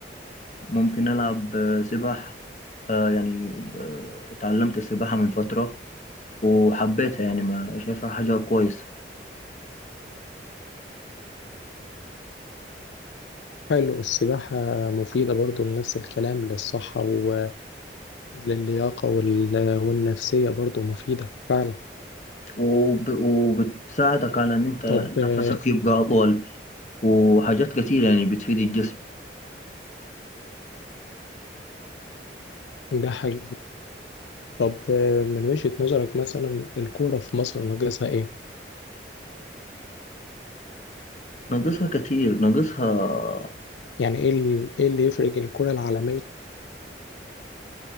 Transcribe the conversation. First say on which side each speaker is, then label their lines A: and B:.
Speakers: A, on the left; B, on the left.
A: ممكن ألعب آه، سباحة آه، يعني آه، اتعلمت السباحة من فترة وحبيتها يعني ما شايفها حاجة كويسة
B: حلو السباحة مفيدة برضو لنفس الكلام للصحة و للياقة وال- والنفسية برضو مفيدة فعلا
A: وب- وبتساعدك على إن أنت
B: طب آه،
A: نفسك يبقى أطول وحاجات كتير يعني بتفيد الجسم
B: ده حقيقي طب آه، من وجهة نظرك مثلا الكورة في مصر ناقصها ايه؟
A: ناقصها كتير ناقصها
B: يعني ايه ال- ايه اللي يفرق الكورة العالمية؟